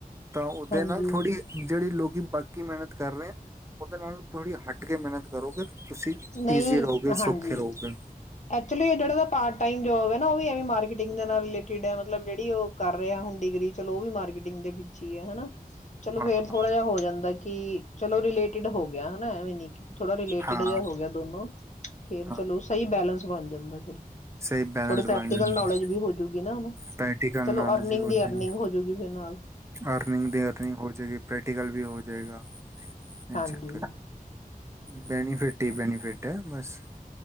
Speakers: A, on the right; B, on the left.
A: ਤਾਂ ਉਹਦੇ
B: ਹਾਂਜੀ
A: ਨਾਲ ਥੋੜ੍ਹੀ ਜਿਹੜੀ ਲੋਕ ਕਿ ਬਾਕੀ ਮਿਹਨਤ ਕਰ ਰਹੇ ਹ ਉਹਦੇ ਨਾਲ ਥੋੜੀ ਹਟ ਕੇ ਮਿਹਨਤ ਕਰੋਗੇ ਤੁਸੀਂ
B: ਨਹੀਂ
A: ਈਜ਼ੀ ਰਹੋਗੇ
B: ਹਾਂਜੀ
A: ਸੌਖੇ ਰਹੋਗੇ
B: ਐਕਚੁਲੀ ਜਿਹੜਾ ਪਾਰਟ ਟਾਈਮ ਜੋਬ ਹੈ ਨਾ ਉਹ ਵੀ ਐਵੇਂ ਮਾਰਕੀਟਿੰਗ ਦੇ ਨਾਲ ਰਿਲੇਟਿਡ ਹੈ ਮਤਲਬ ਜਿਹੜੀ ਉਹ ਕਰ ਰਿਹਾ ਹੁਣ ਡਿਗਰੀ ਚਲੋ ਉਹ ਵੀ ਮਾਰਕੀਟਿੰਗ ਦੇ ਪ ਹੀ ਹੈ ਹਨਾ
A: ਹਾਂ,
B: ਚਲੋ ਫੇਰ ਥੋੜਾ ਜਿਹਾ ਹੋ ਜਾਂਦਾ ਕਿ ਚਲੋ ਰਿਲੇਟਿਡ ਹੋ ਗਿਆ ਹਨਾ ਐਵੇਂ ਨੀ ਥੋੜਾ ਰਿਲੇ
A: ਹਾਂ,
B: ਜਿਹਾ ਹੋ ਗਿਆ ਦੋਨੋ ਫੇਰ
A: ਹਾਂ
B: ਚਲੋ ਸਹੀ ਬੈਲੈਂਸ ਸੁ ਬਣ ਜਾਂਦਾ ਫਿਰ
A: ਸਹੀ ਬੈਲੈਂਸ
B: ਥੋੜ੍ਹੀ ਪ੍ਰੈਕਟੀਕਲ
A: ਬਣ ਜਾਂਦਾ
B: ਨੋਲੇਜ ਵੀ ਹੋਜੂਗੀ ਨਾ ਉਹਨੂੰ
A: ਪ੍ਰੈਕਟੀਕਲ
B: ਚਲੋ
A: ਨੌਲੇਜ
B: ਅਰਨਿੰਗ
A: ਵੀ ਹੋ
B: ਦੀ
A: ਜਾਏਗੀ,
B: ਅਰਨਿੰਗ ਹੋਜੂਗੀ ਫਿਰ ਨਾਲ
A: ਅਰਨਿੰਗ ਦੀ ਅਰਨਿੰਗ ਹੋ ਜਾਏਗੀ ਪ੍ਰੈਕਟੀਕਲ ਵੀ ਹੋ ਜਾਏਗਾ
B: ਹਾਂਜੀ
A: ਚੱਕ ਬੈਨੀਫਿਟ ਹੀ ਬੈਨੀਫਿਟ ਹੈ ਬਸ